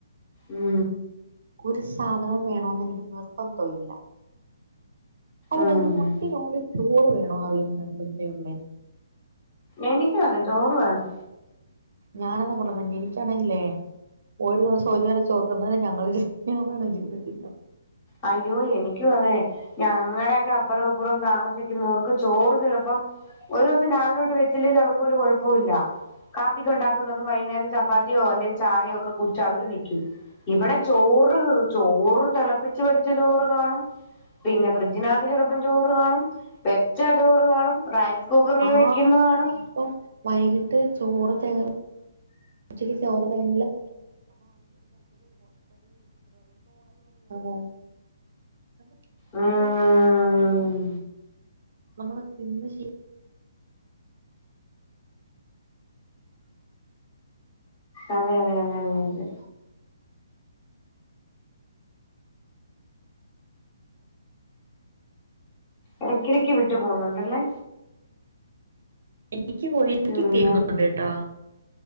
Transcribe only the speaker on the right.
ഒരു സാധനോം വേണോന്ന് എനിക്ക് നിർബന്ധം ഇല്ല. അത്
കഴിഞ് ഫുഡിനോട് ചോറ് വേണോന്നുള്ളൊരു നിർബന്ധേ ഉള്ളെ
ഞാനതാ പറഞ്ഞെ എനിക്കാണെങ്കിലേ ഒരു ദെവസം ഒരു നേരം ചോറ് തിന്നാലും ഞങ്ങള് ഞങ്ങടെ ജീവിതം ശരിയാവും
ഓഹ്
ആഹ്
ഇപ്പം വൈകിട്ട് ചോറ് തേ ഉച്ചക്ക് ചോറ് തേകഞ്ഞില്ലാ <unintelligible> <unintelligible>
നമ്മള് നമ്മള് തിന്ന് ശി
<unintelligible>
ട്ടോ